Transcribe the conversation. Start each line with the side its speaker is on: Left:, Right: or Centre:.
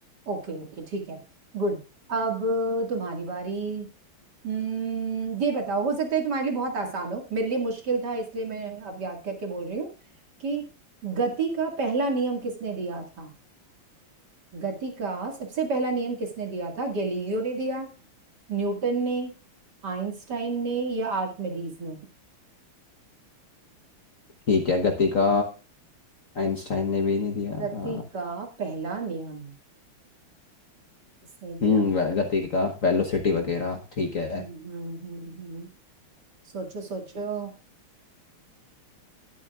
Right: ओके ओके ठीक है गुड अब तुम्हारी बारी हम्म ये बताओ हो सकता है तुम्हारे लिए बहुत आसान हो मेरे लिए मुश्किल था इसलिए मैं अब याद करके बोल रही हूँ कि गति का पहला नियम किसने दिया था गति का सबसे पहला नियम किसने दिया था गैलीलियो ने दिया न्यूटन ने आइंस्टाइन ने या आर्किमिडीज ने
Left: ठीक है गति का आइंस्टाइन ने भी नहीं दिया
Right: गति
Left: था
Right: का पहला नियम किसने दिया
Left: हम्म वे- गति का वेलोसिटी वगैरह ठीक
Right: हम्म,
Left: है
Right: हम्म, हम्म, हम्म। सोचो सोचो